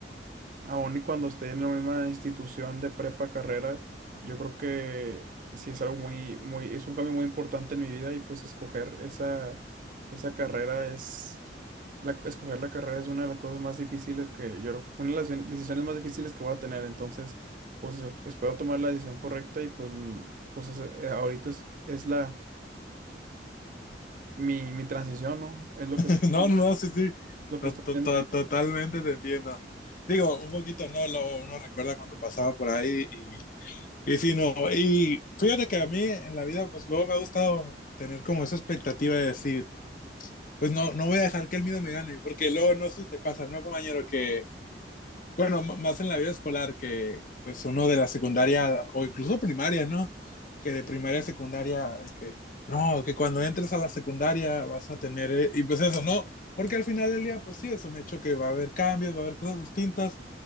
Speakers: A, on the right; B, on the left.
A: Aún y cuando esté en la misma institución de prepa, carrera, yo creo que sí es algo muy, muy, es un cambio muy importante en mi vida y pues escoger esa, esa carrera es, la, escoger la carrera es una de las cosas más difíciles que yo, una de las de- decisiones más difíciles que voy a tener. Entonces, pues yo espero tomar la decisión correcta y pues, mm, pues es- eh, ahorita es, es la, mi, mi transición, ¿no? Es lo
B: <laughs>
A: que estoy,
B: No, no, sí, sí.
A: lo
B: To-
A: que estoy
B: to-
A: viendo
B: to-
A: ahorita.
B: totalmente te entiendo. Digo, un poquito no, lo, uno recuerda cuando pasaba por ahí y, y sí, no. Y fíjate que a mí en la vida, pues luego me ha gustado tener como esa expectativa de decir, pues no, no voy a dejar que el miedo me gane, porque luego no sé si te pasa, ¿no, compañero? Que bueno, m- más en la vida escolar que pues uno de la secundaria o incluso primaria, ¿no? Que de primaria a secundaria, de que no, que cuando entres a la secundaria vas a tener, eh, y pues eso, no, porque al final del día, pues sí, es un hecho que va a haber cambios, va a haber cosas distintas,